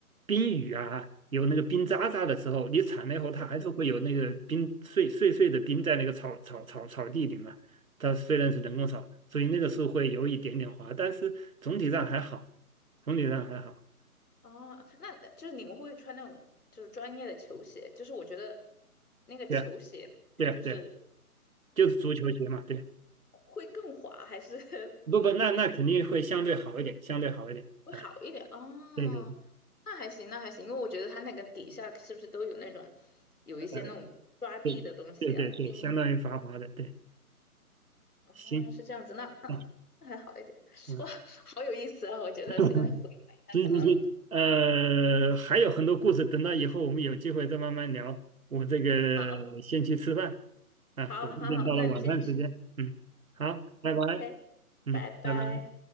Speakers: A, on the right (about 65°); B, on the left (about 80°).
A: 冰雨啊，有那个冰渣渣的时候，你铲了以后，它还是会有那个冰碎碎碎的冰在那个草草草草地里嘛。
B: 对对。
A: 它虽然是人工草，所以那个是会有一点点滑，但是总体上还好，总体上还好。
B: 哦，那就是你们会不会穿那种就是专业的球鞋？就是我觉得那个球鞋就是
A: 对啊，对啊，对啊，就是足球鞋嘛，对。
B: 会更滑，还是 <laughs> 嗯比较
A: 不不，那那肯定会相对好一点，相对好一点。
B: 会好一点？
A: 啊，
B: 哦，
A: 对对对，
B: 那还行，那还行，因为我觉得它那个底下是不是都有那种有一些那种抓地的东西啊，
A: 呃，对对对对，
B: 钉
A: 相当于繁华的，对，
B: 哦，
A: 行，
B: 是这样子，那那
A: 啊，
B: 那还好一点。
A: 嗯，
B: 哇，好有意思啊！我觉得现在回想一下，
A: <laughs> 嗯行行行，
B: 可能
A: 呃，还有很多故事，等到以后我们有机会再慢慢聊。我这个
B: 好，
A: 先去吃饭，啊，
B: 好，
A: 我这边到了晚饭时间，
B: 好，好，那你先去
A: 嗯，好，拜拜，
B: ，OK，
A: 嗯，
B: 拜拜。
A: 拜拜。